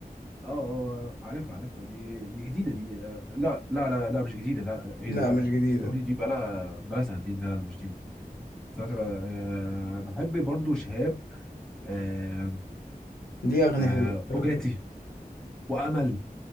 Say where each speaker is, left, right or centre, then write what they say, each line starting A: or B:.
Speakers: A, in the centre; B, on the left (about 75°).
A: اه اه عارفها عارفها دي دي جديده دي آه، لا لا لا لا لا، مش جديده لا لا ايه
B: لا
A: ده لا
B: مش جديدة
A: تستمعني دي بقالها بقالها سنتين لا لا لا، مش دي مش دي سنة- آه بحب برضو شهاب آه
B: دي اغنية
A: آه
B: حلوة شهاب
A: بوجاتي وامل